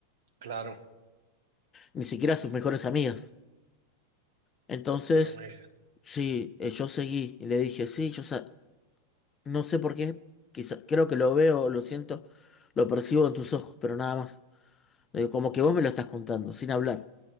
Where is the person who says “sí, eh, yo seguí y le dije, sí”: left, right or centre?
Left